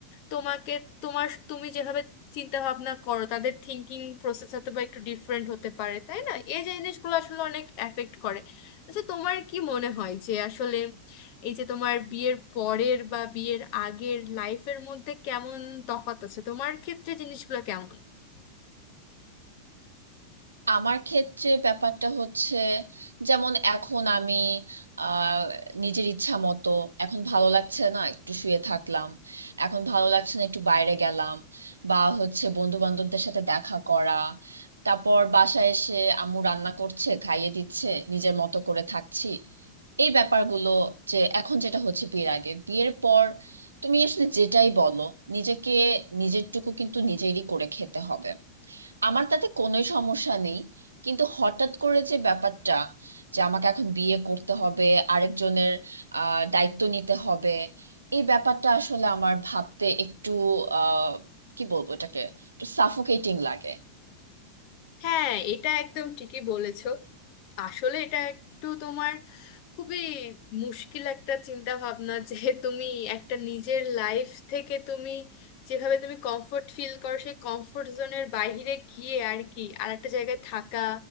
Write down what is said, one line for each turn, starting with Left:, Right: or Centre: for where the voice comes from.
Left: তোমাকে তোমার তুমি যেভাবে চিন্তা ভাবনা করো তাদের থিঙ্কিং প্রসেস হয়তো বা একটু ডিফারেন্ট হতে পারে তাই না এই যে জিনিসগুলো আসলে অনেক এফেক্ট করে আচ্ছা তোমার কি মনে হয় যে আসলে এই যে তোমার বিয়ের পরের বা বিয়ের আগের লাইফের মধ্যে কেমন তফাৎ আছে তোমার ক্ষেত্রে জিনিসগুলো কেমন
Right: আমার ক্ষেত্রে ব্যাপারটা হচ্ছে যেমন এখন আমি আহ নিজের ইচ্ছা মতো এখন ভালো লাগছে না একটু শুয়ে থাকলাম এখন ভালো লাগছে না একটু বাইরে গেলাম বা হচ্ছে বন্ধু বান্ধবদের সাথে দেখা করা তারপর বাসায় এসে আম্মু রান্না করছে খাইয়ে দিচ্ছে নিজের মতো করে থাকছি এই ব্যাপারগুলো যে এখন যেটা হচ্ছে বিয়ের আগে বিয়ের পর তুমি আসলে যেটাই বলো নিজেকে নিজের টুকু কিন্তু নিজেরই করে খেতে হবে আমার তাতে কোনোই সমস্যা নেই কিন্তু হঠাৎ করে যে ব্যাপারটা যে আমাকে এখন বিয়ে করতে হবে আরেকজনের আহ দায়িত্ব নিতে হবে এই ব্যাপারটা আসলে আমার ভাবতে একটু আহ কি বলবো এটাকে একটু সাফোকেটিং লাগে
Left: হ্যাঁ এটা একদম ঠিকই বলেছো আসলে এটা একটু তোমার খুবই মুশকিল একটা চিন্তা ভাবনা <laughs> যে তুমি একটা নিজের লাইফ থেকে তুমি যেভাবে তুমি কমফোর্ট ফিল করো সেই কমফোর্ট জোনের বাইরে গিয়ে আর কি আর একটা জায়গায় থাকা